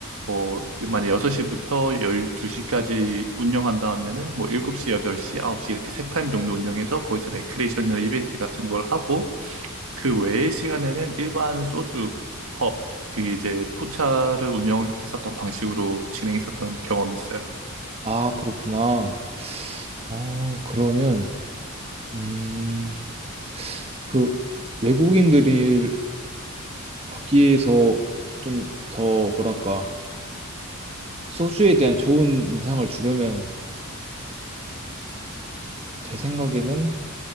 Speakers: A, on the right; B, on the right.
A: 뭐 만약 6시부터 12시까지 운영한다 하면은 뭐 7시, 8시, 9시 이렇게 세 타임 정도 운영해서 거기서 레크레이션이나 이벤트 같은 걸 하고 그 외의 시간에는 일반 소주 펍 그게 이제 포차를 운영했었던 방식으로 진행했었던 경험이 있어요.
B: 아, 그렇구나. 어, 그러면, 음, 그 외국인들이 거기에서 좀 더 뭐랄까, 소주에 대한 좋은 인상을 주려면 제 생각에는